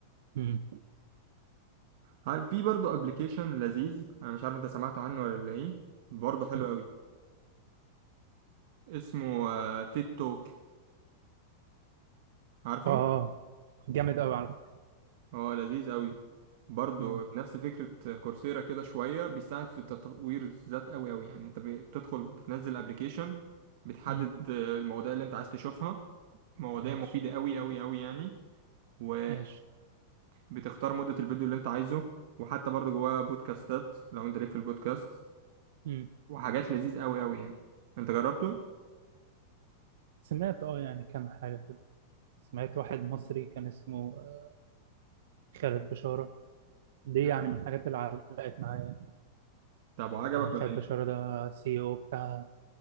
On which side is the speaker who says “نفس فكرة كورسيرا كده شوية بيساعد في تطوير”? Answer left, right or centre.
Right